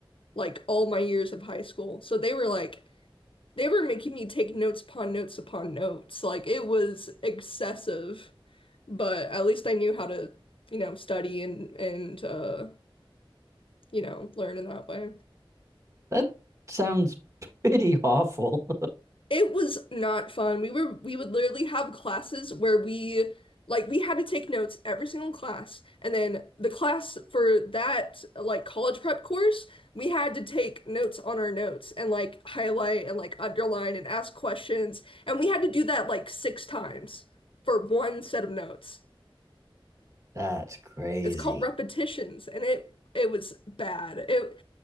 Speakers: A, on the left; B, on the right.
A: like all my years of high school. So they were like they were making me take notes upon notes upon notes. Like it was excessive, but at least I knew how to, you know, study and and uh you know, learn in that way.
B: That sounds pretty awful.
A: It was not fun. We were we would literally have classes where we like we had to take notes every single class, and then the class for that like college prep course, we had to take notes on our notes and like highlight and like underline and ask questions, and we had to do that like six times for one set of notes.
B: <laughs> That's crazy.
A: It's called repetitions, and it it was bad. It